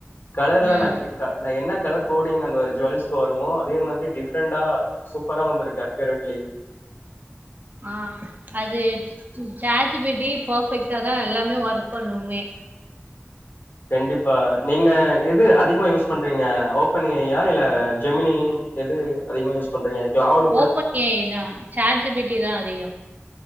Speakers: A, on the left (about 50°); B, on the right (about 40°).
A: கலர்லா
B: ம்
A: நா கேக்கா நா என்ன கலர் கோடிங்ல அந்த ஒரு ஜுவல்ஸ்க்கு வருமோ அதே மாதிரி டிஃப்ரெண்டா சூப்பரா வந்திருக்கு அக்கியுரட்லி
B: ஆ அது ம் சாட் ஜி பி டி பெர்ஃபெக்ட்டா தா எல்லாமே ஒர்க் பண்ணுமே
A: கண்டிப்பா நீங்க எது அதிகமா யூஸ் பண்றீங்க ஓப்பன் ஏ ஐ யா இல்ல ஜெமினி எது அதிகமா யூஸ் பண்றீங்க கிளவ்டு
B: ஓப்பன் ஏ ஐ தா சாட் ஜி பி டி தா அதிக